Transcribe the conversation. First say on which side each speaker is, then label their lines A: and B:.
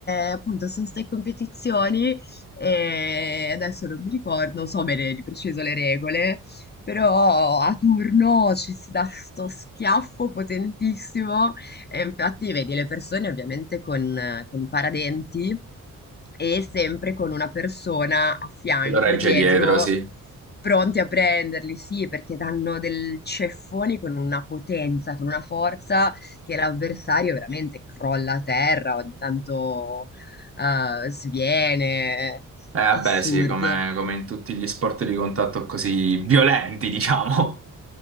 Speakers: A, on the left; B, on the right.
A: eh, appunto sono state competizioni e adesso non mi ricordo, non so bene di preciso le regole, però a turno ci si dà sto schiaffo potentissimo e infatti vedi le persone ovviamente con, eh, con i paradenti e sempre con una persona a fianco,
B: Lo regge
A: dietro,
B: dietro, sì.
A: pronti a prenderli, sì, perché danno del ceffoni con una potenza, con una forza che l'avversario veramente crolla a terra, ogni tanto eh, sviene.
B: Eh, vabbè,
A: Assurdo.
B: sì, come, come in tutti gli sport di contatto così violenti, <laughs> diciamo.